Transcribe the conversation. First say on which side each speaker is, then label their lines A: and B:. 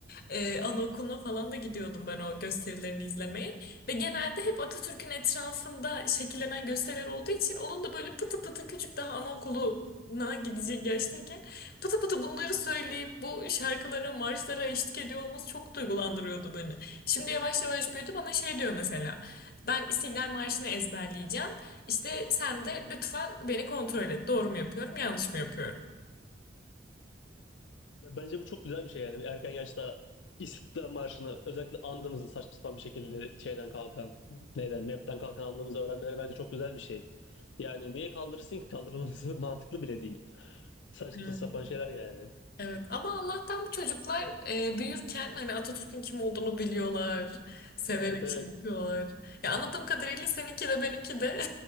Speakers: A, on the left; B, on the left.
A: E, anaokuluna falan da gidiyordum ben o gösterilerini izlemeye. Ve genelde hep Atatürk'ün etrafında şekillenen gösteriler olduğu için onun da böyle pıtı pıtı küçük daha anaokuluna gidecek yaştayken pıtı pıtı bunları söyleyip bu şarkılara, marşlara eşlik ediyor olması çok duygulandırıyordu beni. Şimdi yavaş yavaş büyüdü bana şey diyor mesela. Ben İstiklal Marşı'nı ezberleyeceğim. İşte sen de lütfen beni kontrol et. Doğru mu yapıyorum, yanlış mı yapıyorum?
B: Ya bence bu çok güzel bir şey yani erken yaşta İstiklal Marşı'nı özellikle andığımızı saçma sapan bir şekilde şeyden kalkan neyden MEP'ten kalkan andığımızı öğrenmeleri bence çok güzel bir şey. Yani niye kaldırırsın ki kaldırılması <laughs> mantıklı bile değil. Saçma
A: Evet.
B: sapan şeyler yani.
A: Evet. Ama Allah'tan bu çocuklar e, büyürken hani Atatürk'ün kim olduğunu biliyorlar. Severek
B: Evet evet.
A: şey yapıyorlar. Ya anladığım kadarıyla seninki de benimki de